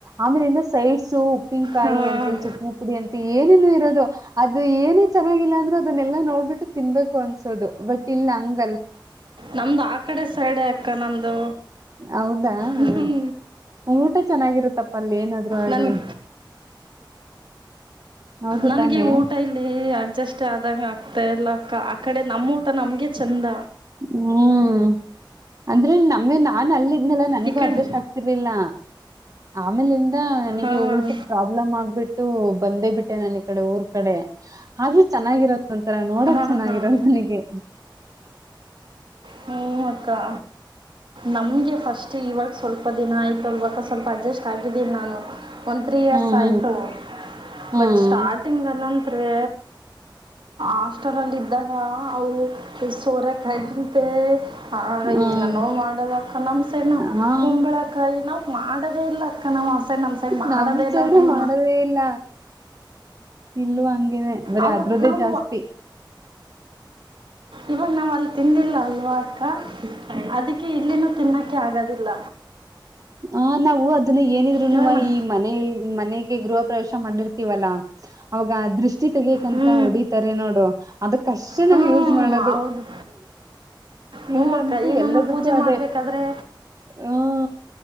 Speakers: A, on the right (about 45°); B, on the right (about 75°).
A: ಆಮೇಲಿಂದ. ಸು ಉಪ್ಪಿನಕಾಯಿ
B: ಹಾಂ
A: ಅಂತೆ ಚಟ್ನಿ ಪುಡಿ ಅಂತೆ ಏನೇನು ಇರೋದು ಅದು ಏನೇ ಚೆನ್ನಾಗಿಲ್ಲ ಅಂದ್ರರು. ದನ್ನೆಲ್ಲಾ ನೋಡ್ಬಿಟ್ಟು ತಿನ್ಬೇಕು ಅನ್ಸೋದು ಬಟ್ ಇಲ್ಲಿಂಗ.
B: ನಮ್ದು ಆ ಕಡೆ ಸೈಡೆ ಅಕ್ಕ ನಮ್ದು.
A: ಹೌದಾ
B: ಹ್ಮ
A: ಹ ಊಟ ಚೆನ್ನಾಗಿರುತ್ತಪ್ಪ ಅಲ್ಲಿ ಏನಾದ್ರು ಆಗ್ಲಿ.
B: ನನಗೆ
A: ಹೌದು
B: ನನ್ಗೆ
A: ತಾನೆ
B: ಊಟ ಇಲ್ಲಿ ಅಡ್ಜಸ್ಟ್ ಆದಂಗ ಆಗ್ತಾ ಇಲ್ಲಕ್ಕ ಆ ಕಡೆ ನಮ್ಮ ಊಟ. ನಮ್ಗೆ ಚಂದ.
A: ಹ್ಮ್ ಅಂದ್ರೆ ನಮ್ಮ ನಾನ ಅಲ್ಲಿದ್ದ ಇನ್ನಲ್ಲ ನನಗೂ
B: ಈ ಕಡೆ
A: ಅಡ್ಜಸ್ಟ್ ಆಗ್ತಿರ್ಲಿಲ್ಲ ಆಮೇಲ್ ನನಗೆ
B: ಹಾಂ
A: ಊಟದ ಪ್ರಾಬ್ಲಮ್ ಆಗ್ಬಿಟ್ಟು ಬಂದೇ ಬಿಟ್ಟೆ ನನ್ ಈ ಕಡೆ ಊರ್ ಕಡೆ ಆದ್ರೂ ಚೆನ್ನಾಗಿರ ಒಂಥರ ನೋಡಕ್
B: ಹಾಂ
A: ಚೆನ್ನಾಗಿರೋದು
B: ಹಾಂ
A: ನನಗೆ.
B: ಹ್ಮ ಅಕ್ಕಾ. ನಮ್ಗೆ ಫಸ್ಟ್ ಇವಾಗ ಸ್ವಲ್ಪ ದಿನ ಆಯ್ತು ಅಲ್ವಾಗ ಸ್ವಲ್ಪ ಅಡ್ಜಸ್ಟ್ ಆಗಿದ್ದೀನಿ ನಾನು. ಒಂದು ತ್ರೀ ಇಯರ್ಸ್
A: ಹ್ಮ್ ಹ್ಮ್
B: ಆಯಿತು
A: ಹ್ಮ್
B: ಬಟ್ ಸ್ಟಾರ್ಟಿಂಗಲ್ಲಂದರೆ. ಆಸ್ಟೆಲ್ ಅಲ್ಲಿ ಇದ್ದಾನ ಅವು ಸೋರೆಕಾಯಂತೆ. ಆಗ
A: ಹ್ಮ್
B: ಏನನೋ ಮಾಡೋದಕ ನಮ್ಮ ಸೈಡ್
A: ಹಾ
B: ಕುಂಬಳಕಾಯಿ ನಾವು ಮಾಡೋದೇ ಇಲ್ಲ. ನಾವು ಆ ಸೈಡ್ ನಮ್ಮ ಸೈಡ್ ಮಾಡೋದೇ
A: ನಮ್
B: ಇಲ್ಲ
A: ಸೈಡು
B: ಅವನ್ನ
A: ಮಾಡದೇ ಇಲ್ಲ. ಇಲ್ಲು ಹಂಗೇನೆ ಬರೀ
B: ಅವು
A: ಅದ್ರ್ದೇ
B: ನಾವು
A: ಜಾಸ್ತಿ.
B: ಇವಾಗ ನಾವ್ ಅಲ್ಲಿ ತಿಂದಿಲ್ಲ ಅಲ್ವಾಕ್ಕ. ಅದಕ್ಕೆ ಇಲ್ಲಿನೂ ತಿನ್ನೋಕ್ಕೆ ಆಗದಿಲ್ಲ.
A: ಹ ನಾವು ಅದನ್ನ ಏನಿದ್ರುನುವ
B: ಇವಾಗ ನಾ
A: ಈ ಮನ ಮನೆ. ಗೃಹ ಪ್ರವೇಶ ಮಾಡಿರ್ತೀವಲ್ಲಾ ಅವಾಗ ದೃಷ್ಟಿ ತೆಗಕ್ಂತ
B: ಹ್ಞೂ
A: ಹೊಡಿತಾರೆ ನೋಡು ಅದಕ್ ಕಷ್ಟ
B: ಹ್ಞೂ
A: ನಾವವು ಯೂಸ್ ಮಾಡೋದು
B: ಹೌದು ಹ್ಞೂ
A: ಇಲ್ಲಂತೂ
B: ಅಕ್ಕ ಏನನ್ನ
A: ಎಲ್ಲದಕ್ಕೂ
B: ಪೂಜೆ
A: ಅದೇ.
B: ಮಾಡಬೇಕಾದ್ರೆ
A: ಹ್ಮ